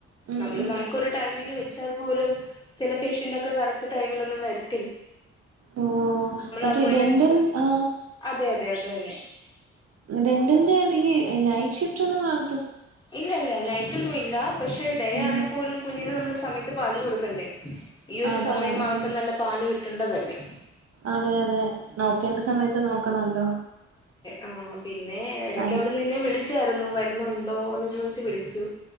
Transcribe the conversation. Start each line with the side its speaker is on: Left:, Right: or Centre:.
Right: ഉം
Left: നമ്മള്
Right: ഉം
Left: നമുക്ക് ഒരു ടൈമിംഗ് വെ ച്ചാൽ പോലും ചില പേഷ്യന്റൊക്കെ കറക്റ്റ് ടൈമിലൊന്നും വരി
Right: ഓ മറ്റേ
Left: അപ്പോയിൻമെന്റ്
Right: ഡെന്റൽ ആ
Left: അതെ അതെ അതന്നെ
Right: ഡെന്റലിന്റെയാണെങ്കിൽ നൈറ്റ് ഷിഫ്റ്റൊന്നും കാണ
Left: ഇല്ല ഇല്ല നൈറ്റൊന്നും ഇല്ല പക്ഷെ ഡേ
Right: ഉം
Left: ആണെ പോലും കുഞ്ഞിനെ നമ്മക്ക് സ സമയത്ത് പാല് കൊടുക്കണ്ടേ ഈയൊരു
Right: അതാണ്
Left: സമയം
Right: ഉം
Left: അവർക്ക് നല്ല പാല് കി ട്ടണ്ടതല്ലേ
Right: അതെ അതെ നോക്കേണ്ട സമയത്ത് നോക്കണല്ലോ
Left: ആ പിന്നെ എടക്ക്
Right: നല്ല
Left: അവ്ട്ന്ന് ന്നെ വിളിച്ചാരുന്നു വരുന്നു ണ്ടോന്ന് ചോയ്ച്ചു വിളിച്ചു